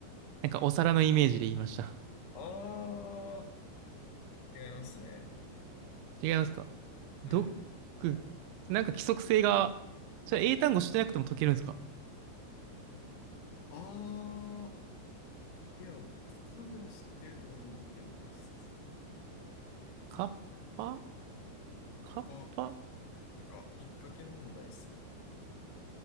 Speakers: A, on the right; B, on the left.
A: なんかお皿のイメージで言いました。
B: あー、違いますね。
A: 違いますか
B: はい。
A: ドッグ。なんか規則性が、それ英単語してなくても解けるんですか
B: あー、いや、多分知ってると思うけどな、普通に。
A: カッパ
B: カッパ、
A: カッパ
B: なんか、引っ掛け問題っすね。こ